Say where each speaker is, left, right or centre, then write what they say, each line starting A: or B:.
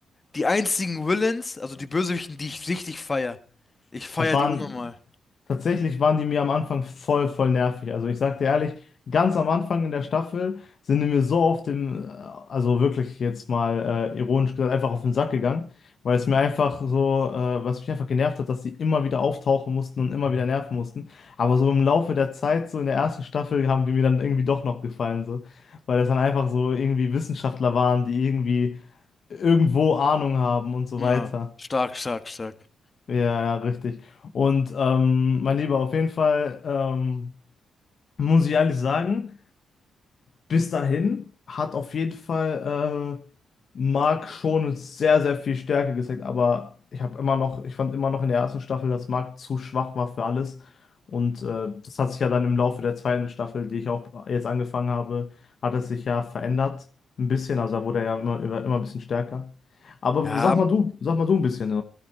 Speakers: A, on the left; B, on the left.
A: die einzigen Villains, also die Bösewichten, die ich richtig feier. Ich feier
B: Das waren,
A: die unnormal.
B: Tatsächlich waren die mir am Anfang voll, voll nervig. Also ich sag dir ehrlich, ganz am Anfang in der Staffel sind die mir so auf den, äh, also wirklich jetzt mal äh, ironisch gesagt, einfach auf den Sack gegangen, weil es mir einfach so, äh, was mich einfach genervt hat, dass die immer wieder auftauchen mussten und immer wieder nerven mussten. Aber so im Laufe der Zeit, so in der ersten Staffel, haben die mir dann irgendwie doch noch gefallen, so, weil das dann einfach so irgendwie Wissenschaftler waren, die irgendwie irgendwo Ahnung haben und so
A: Ja,
B: weiter.
A: stark, stark, stark.
B: Ja, ja, richtig. Und ähm, mein Lieber, auf jeden Fall ähm, muss ich ehrlich sagen, bis dahin hat auf jeden Fall äh, Mark schon sehr, sehr viel Stärke gezeigt. Aber ich habe immer noch, ich fand immer noch in der ersten Staffel, dass Mark zu schwach war für alles. Und äh, das hat sich ja dann im Laufe der zweiten Staffel, die ich auch jetzt angefangen habe, hat es sich ja verändert. Ein bisschen, also da wurde er ja immer, immer, immer ein bisschen stärker. Aber
A: Ja,
B: sag mal du, sag mal du ein bisschen, äh,